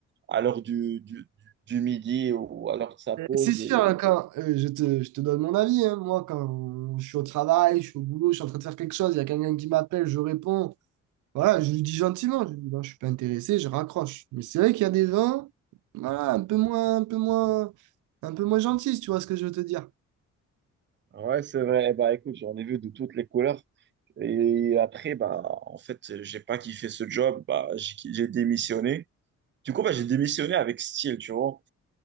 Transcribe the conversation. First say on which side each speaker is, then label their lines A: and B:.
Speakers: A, on the right (about 40°); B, on the right (about 80°).
A: à l'heure du, du, du midi ou à l'heure de sa pause.
B: C'est sûr,
A: Et...
B: hein, quand euh, je te, je te donne mon avis, hein. moi, quand je suis au travail, je suis au boulot, je suis en train de faire quelque chose, il y a quelqu'un qui m'appelle, je réponds. Voilà, je lui dis gentiment, je lui dis non, je suis pas intéressé, je raccroche. Mais c'est vrai qu'il y a des vins, voilà, un peu moins, un peu moins, un peu moins gentils, si tu vois ce que je veux te dire.
A: Ouais, c'est vrai. Bah, écoute, j'en ai vu de toutes les couleurs. Et après, bah, en fait, j'ai pas kiffé ce job, bah, j'ai j'ai démissionné. Du coup, bah, j'ai démissionné avec style, tu vois.